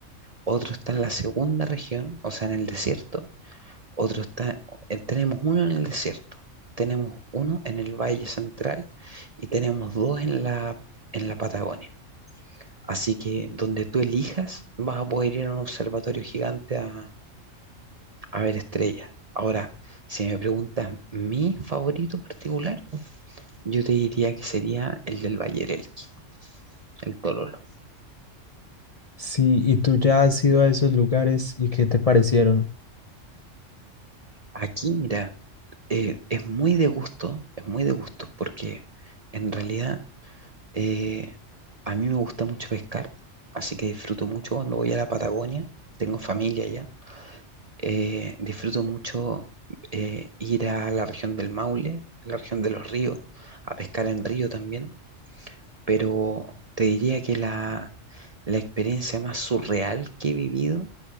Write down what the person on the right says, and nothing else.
otro está en la segunda región, o sea, en el desierto, otro está, eh, tenemos uno en el desierto, tenemos uno en el Valle Central y tenemos dos en la, en la Patagonia. Así que donde tú elijas, vas a poder ir a un observatorio gigante a, A ver, estrella. Ahora, si me preguntas mi favorito particular, yo te diría que sería el del Valle del Elqui, el Tololo.
Aquí, mira, eh, es muy de gusto, es muy de gusto, porque en realidad eh, a mí me gusta mucho pescar, así que disfruto mucho cuando voy a la Patagonia, tengo familia allá, eh, disfruto mucho eh, ir a la región del Maule, la región de los ríos, a pescar en río también pero te diría que la, la experiencia más surreal que he vivido